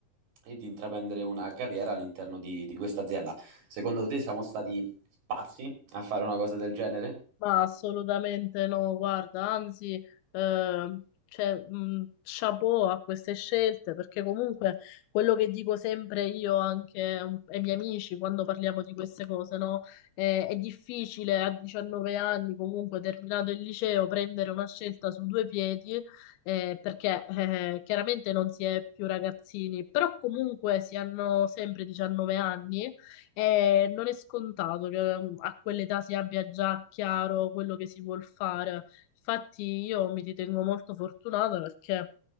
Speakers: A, on the right; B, on the left.
A: e di intraprendere una carriera all'interno di, di questa azienda. Secondo te siamo stati pazzi? a fare una cosa del genere?
B: Ma assolutamente no, guarda, anzi, eh, cioè, mh, chapeau a queste scelte, perché comunque quello che dico sempre io anche um, ai miei amici quando parliamo di queste cose, no? Eh, è difficile a 19 anni, comunque terminato il liceo, prendere una scelta su due piedi, eh, perché eh, chiaramente non si è più ragazzini, però comunque si hanno sempre 19 anni e non è scontato che um, a quell'età si abbia già chiaro quello che si vuol fare. Infatti io mi ritengo molto fortunata perché